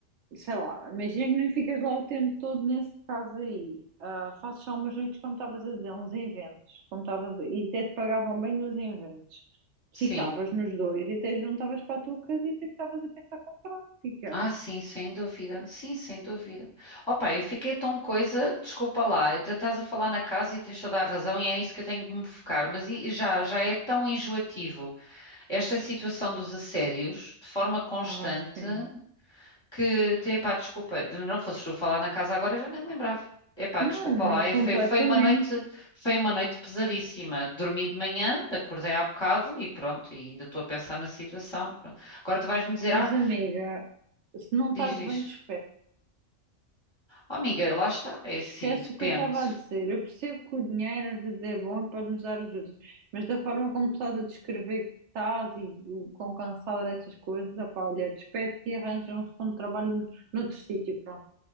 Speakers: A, on the right (about 70°); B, on the left (about 25°).
A: sei lá, imagina que nem ficas lá o tempo todo nesse caso aí. Ah, fazes só umas noites, como estavas a dizer, uns inventos, como estavas a- e até te pagavam bem dos inventos.
B: sim.
A: Ficavas nos dois e até juntavas para a tua casita que estavas a pensar comprar. O que é que achas?
B: Ah, sim, sem dúvida. Sim, sem dúvida. Opa, eu fiquei tão coisa, desculpa lá, ainda estás a falar na casa e tens toda a razão e é nisso que eu tenho que me focar, mas e- e já, já é tão enjoativo esta situação dos assédios, de forma constante.
A: Ah, sim.
B: que, epá, desculpa, não fosses tu falar na casa agora, eu já nem me lembrava. Epá,
A: Não,
B: desculpa
A: não
B: lá,
A: completamente.
B: e foi, foi uma noite, foi uma noite pesadíssima. Dormi de manhã, acordei há bocado e pronto, e ainda estou a pensar na situação. Pronto. Agora tu vais-me dizer,
A: Mas,
B: ah,
A: amiga, se não estás
B: diz, diz,
A: bem dos
B: oh, amiga, lá está, é
A: Esquece
B: assim, depende.
A: o que eu estava a dizer. Eu percebo que o dinheiro às vezes é bom e pode-nos dar ajudas, mas da forma como tu estás a descrever que estás e o quão cansada destas coisas, opá, olha, despede-te e arranja um segundo trabalho noutro sítio, pronto.